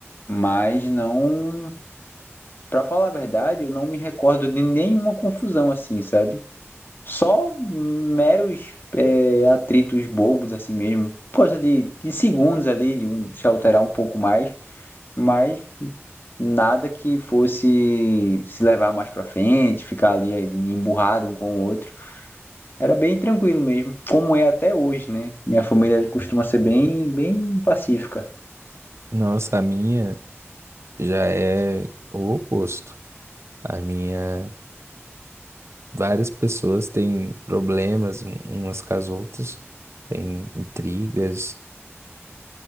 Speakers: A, on the left (about 45°); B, on the right (about 65°).
A: mas não. Pra falar a verdade, eu não me recordo de nenhuma confusão assim, sabe? Só meros é, atritos bobos, assim mesmo. Coisa de, de segundos ali, de um, se alterar um pouco mais, mas nada que fosse se levar mais pra frente, ficar ali é, emburrado um com o outro. Era bem tranquilo mesmo, como é até hoje, né? Minha família costuma ser bem, bem pacífica.
B: Nossa, a minha. já é o oposto. A minha, várias pessoas têm problemas um- umas com as outras, têm intrigas.